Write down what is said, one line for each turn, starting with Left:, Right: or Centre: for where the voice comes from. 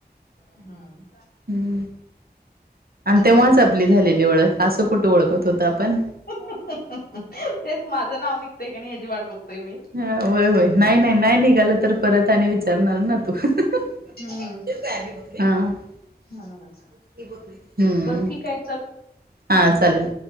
Left: हम्म
Right: हम्म आणि तेव्हाच
Left: तिकडच
Right: आपली झालेली ओळख असं कुठं ओळखत होतो आपण.
Left: <unintelligible> तेच माझ नाव निघतंय कनी हेजी वाट बघतोय मी.
Right: हा होय होय नाही नाही नाही निघालं तर परत आणि विचारणार ना तू. हा.
Left: हम्म म्हणूनच
Right: हम्म
Left: बरं ठीकाय चल
Right: हा चालेल